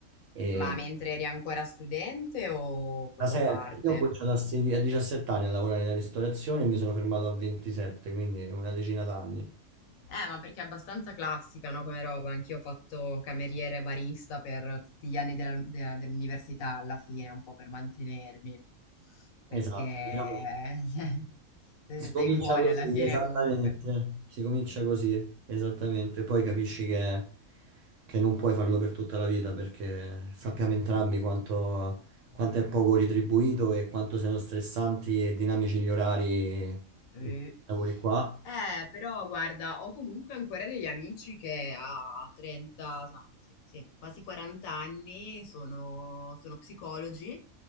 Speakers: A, on the right; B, on the left.
A: E
B: Ma mentre eri ancora studente o proprio
A: da sempre,
B: a parte?
A: io ho cominciato a, sedi- a 17 anni a lavorare nella ristorazione e mi sono fermato a 27, quindi una decina d'anni.
B: Eh, ma perché è abbastanza classica, no, come roba. Anch'io ho fatto cameriere e barista per tutti gli anni della- de- dell'università alla fine, un po' per mantenermi. Perché
A: Esatto, diciamo
B: <laughs> se
A: Si comincia
B: sei fuori
A: così,
B: alla fine
A: esattamente.
B: comunque.
A: Si comincia così, esattamente. Poi capisci che, che non puoi farlo per tutta la vita perché sappiamo entrambi quanto, quanto è poco ritribuito e quanto siano stressanti e dinamici gli orari, i
B: Eh,
A: lavori qua.
B: eh, però guarda, ho comunque ancora degli amici che a 30, sa- sì, sì, quasi 40 anni sono, sono psicologi